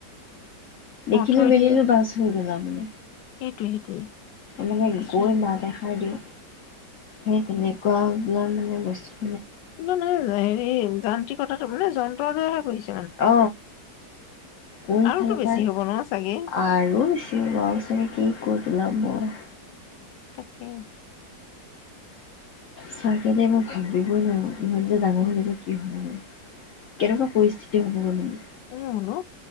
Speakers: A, on the left (about 55°); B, on the left (about 80°).
A: দেখিলে
B: থৈ
A: মেলিলো
B: দিয়ে
A: বাছ হৈ গল আও মানে
B: সেইটোৱে সেইটোৱে
A: মানে
B: আচৰিত
A: গৈ
B: লাগে
A: মাত এষাৰ দিওঁ সেই তেনেকুৱা এইিলাক মানে বস্তু <unintelligible>
B: কিমানে হেৰি যান্ত্ৰিক কটো মানে যন্ত্ৰৰ দৰেহে পৰিছে <unintelligible>
A: অ কোনফালৰ
B: আৰুতো বেছি
A: পায়
B: হ'ব ন চাগে
A: আৰু বছি লচ কি ক তোল মই <unintelligible>
B: তাকেই
A: চাগে মই ভাবিবই নোৱাৰো ইহত যে ডাঙৰ হৈলেকে কি হ'ব, কেনেকুৱা পৰিস্থিতি হব গ' মানে
B: এ হেনো